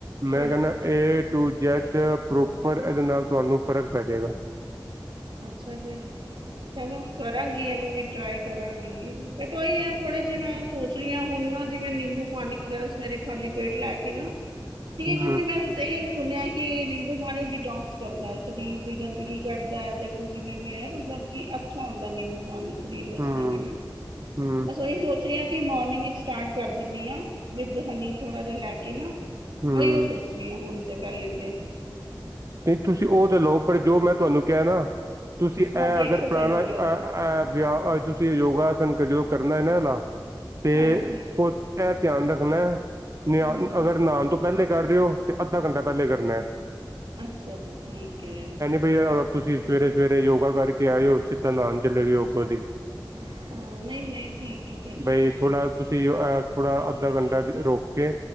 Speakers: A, on the right; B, on the right.
A: ਮੈਂ
B: ਹਾਂਜੀ
A: ਕੈਂਨਾ, ਏ-ਟੂ, ਜ਼ੈਡ ਪ੍ਰੋਪਰ ਏਦੇ ਨਾਲ ਤੁਹਾਨੂੰ ਫ਼ਰਕ ਪੈ ਜੇਗਾ। <inaudible>
B: ਅੱਛਾ ਜੀ, ਚਲੋ। ਕਰਾਂਗੀ, ਇਨੂੰ ਵੀ ਟਰਾਈ ਕਰਾਂਗੀ। ਬਟ ਓਈ ਏ ਥੋੜੇ ਜੇਅ ਮੈਂ ਸੋਚ ਰੀ ਆ ਹੁਨ ਨਾ, ਜਿਵੇਂ ਨਿੰਬੂ ਪਾਨੀ ਵਗੈਰਾ ਸਵੇਰੇ ਖਾਲੀ ਪੇਟ ਲੈ ਕੇ ਨਾ, ਠੀਕ
A: ਹੂੰ
B: ਏ? ਕਿਉਂਕਿ ਮੈਂ ਅਈਓ ਸੁਨਿਐ ਕਿ ਨਿੰਬੂ ਪਾਨੀ ਡਿਟੋਕਸ ਕਰਦਾ ਏ, ਸਰੀਰ ਦੀ ਗੰਦਗੀ ਕਢੱਦਾ ਐ, ਦੇ। ਜਿਵੇਂ ਵੀ ਐ, ਮਤਲਬ ਕੀ ਅੱਛਾ ਹੁੰਦੈ ਨਿੰਬੂ ਪਾਨੀ? ਸਰੀਰ ਵਾਸਤੇ
A: ਹੂੰ
B: ਵੀ ਨਾ,
A: ਹੂੰ
B: ਬਸ ਓਹੀ ਸੋਚ ਏਅ ਐ ਕਿ, ਮੋਰਨਿੰਗ 'ਚ ਸਟਾਰਟ ਕਰ ਦਿੰਨੀ ਆ, ਵਿਦ ਹਨੀ ਥੋੜ੍ਹਾ ਜੇਆ ਲੈ ਕੇ ਨਾ?
A: ਹੂੰ
B: ਓਈਓ, ਸੋਚ ਰੀ ਆ ਹੁਨ 'ਤੇ ਪੈਲੇ 'ਤੇ।
A: 'ਤੇ ਤੁਸੀਂ ਓਹ 'ਤੇ ਲਓ, ਪਰ ਜੋ ਮੈਂ ਤੁਹਾਨੂੰ ਕੇਐ ਨਾ ਤੁਸੀਂ
B: ਹਾਂਜੀ
A: ਐ, ਅਗਰ
B: ਐਕਸਰਸਾਈਜ਼
A: ਪੁਰਾਨਾ
B: ਵਗੈਰਾ
A: ਆ, ਐ ਵਿਆਹ ਅੱਜ ਤੁਸੀਂ ਯੋਗਾਸਨ ਜਦੋਂ ਕਰਨੈ ਐ ਲਾ, 'ਤੇ
B: ਹਾਂਜੀ
A: ਐਹ ਧਿਆਨ ਰੱਖਨੈ ਨਿਆਨ
B: ਹਮ
A: ਅਗਰ ਨ੍ਹਾਨ ਤੋਂ ਪੈਲੇ ਕਰ ਰੇ ਓ, 'ਤੇ ਅੱਧਾ ਘੰਟਾ ਪੈਲੇ ਕਰਨੈ।
B: ਅੱਛਾ ਜੀ, ਠੀਕ ਏ।
A: ਏਅ ਨਾ ਹੋਵੇ ਤੁਸੀ ਸਵੇਰੇ-ਸਵੇਰੇ ਯੋਗਾ ਕਰਕੇ ਆਏ ਓ, ਸਿੱਧਾ ਨ੍ਹਾਨ ਚੱਲੇ ਯੋਗੋਂ ਦੀ
B: ਹਾਂ, ਨਹੀਂ ਨਹੀਂ ਠੀਕ ਹੈ ਠੀਕ
A: ਬਾਈ,
B: ਹੈ
A: ਥੋੜਾ ਤੁਸੀਂ ਅ ਐ ਥੋੜ੍ਹਾ ਅੱਧਾ ਘੰਟਾ ਰ ਰੁਕ ਕੇ